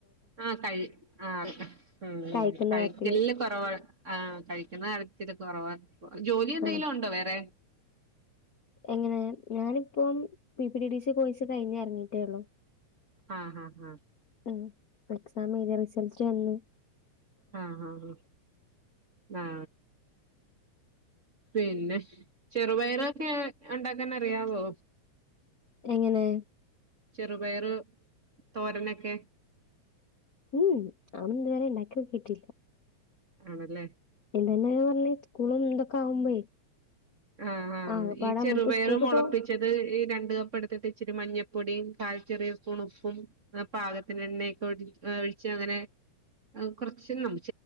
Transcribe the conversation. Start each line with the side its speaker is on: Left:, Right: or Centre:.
Right: ആ കഴി ആ ഉം
Left: കഴിക്കുന്ന
Right: കഴിക്കല്ല്
Left: കാര്യത്തില്
Right: കുറവാ ആ കഴിക്കുന്ന കാര്യ ത്തില് കുറവാ ജോലി എന്തെങ്കിലും
Left: ആഹ്
Right: ഉണ്ടോ വേറെ
Left: എങ്ങനെ ഞാനിപ്പം പിപ് P T T C course കഴിഞ്ഞ് ഇറങ്ങീട്ടെ ഉള്ളൂ
Right: ആഹ് ആഹ് ആഹ്
Left: ഉം എക്സാം എഴുതി റിസൽറ്റ് വന്ന്
Right: ആ ഹാ ഹ ആ പിന്നെ ചെറുപയറ് ഒക്കെ ഉണ്ടാക്കാൻ അറിയാവോ
Left: എങ്ങനെ
Right: ചെറുപയറ് തോരനൊക്കെ
Left: ഉം അതൊന്നും ഇതുവരെ ഇണ്ടാക്കി നോക്കിയിട്ടില്ല
Right: ആണല്ലേ
Left: ഇതന്നല്ലെ പറഞ്ഞെ സ്‌കൂളും ഇതൊക്കെ ആവുമ്പഴേ
Right: ആ ഹാ
Left: ആകപ്പാടെ
Right: ഈ ചെറുപയർ
Left: നമ്മളിപ്പോ സ്കൂൾക്ക്
Right: മുളപ്പിച്ചത്
Left: പോ
Right: ഈ രണ്ട് കപ്പ് എടുത്തിട്ട് ഇച്ചിരി മഞ്ഞ പൊടിയും കാൽ ചെറിയ സ്പൂൺ ഉപ്പും പാകത്തിന് എണ്ണക്കെ ഒഴിച്ച് അങ്ങനെ കൊർച്